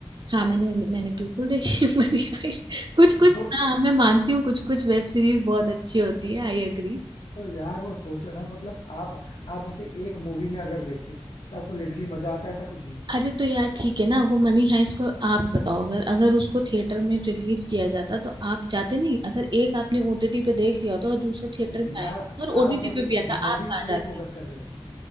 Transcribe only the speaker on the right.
हाँ मैंने मैंने, मैंने बिल्कुल देखी है <laughs> मनी हाइस्ट कुछ कुछ
हाँ मैं मानती हूँ कुछ कुछ वेब सीरीज बहुत अच्छी होती है आई एग्री
अरे तो यार ठीक है ना वो मनी हाइस्ट को आप बताओ अगर अगर उसको थिएटर में रिलीज किया जाता तो आप जाते नहीं अगर एक आपने ओटीटी पे देख लिया होता और दूसरा थिएटर में
आया होता और
ओटीटी
पे
भी आता
आप कहाँ
जाते